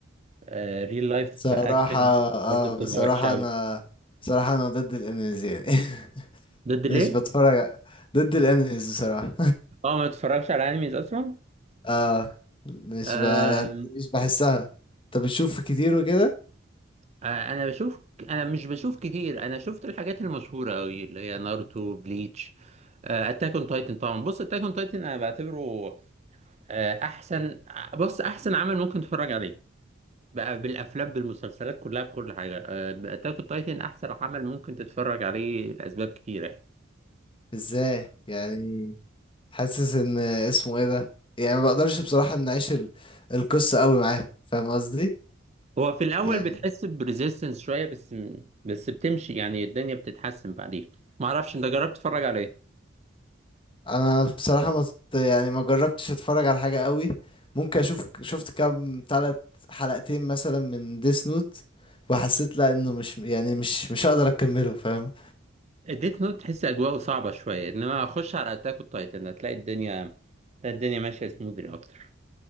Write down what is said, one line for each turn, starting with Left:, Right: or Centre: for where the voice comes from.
Right: آه، ريل لايف
Left: صراحة
Right: اكشن
Left: اه
Right: برضو بتبقى
Left: بصراحة
Right: وحشه قوي
Left: انا بصراحة انا ضد الانميز يعني <laughs>
Right: ضد ليه
Left: مش بتفرج ضد الانميز بصراحة
Right: اه ما تتفرجش على انيميز اصلا
Left: <laughs> اه مش
Right: آه،
Left: ب... يعني مش بحسها انت بتشوف كتير وكده
Right: آه، انا بشوف انا مش بشوف كتير انا شفت الحاجات المشهوره قوي اللي هي ناruto بليتش اتاك اون تايتن طبعا بص اتاك اون تايتن انا بعتبره آه، احسن آه، بص احسن عمل ممكن تتفرج عليه بقى بالافلام بالمسلسلات كلها بكل حاجه اتاك اون تايتن احسن عمل ممكن تتفرج عليه لاسباب كتيره يعني
Left: ازاي يعني حاسس ان اسمه ايه ده يعني ما بقدرش بصراحة ان اعيش ال- القصة قوي معاهم فاهم قصدي
Right: فهو في الاول
Left: يعني
Right: بتحس بريزيستنس شويه بس بس بتمشي يعني الدنيا بتتحسن بعدين ما اعرفش انت جربت تتفرج على ايه
Left: انا بصراحة ما ت- يعني ما جربتش اتفرج على حاجة قوي ممكن اشوف شفت كام تلات حلقتين مثلا من ديس نوت وحسيت لا انه مش يعني مش مش هقدر اكمله فاهم
Right: اديت نوت تحس اجواءه صعبه شويه انما اخش على اتاك اون تايتن هتلاقي الدنيا هتلاقي الدنيا ماشيه سموذلي اكتر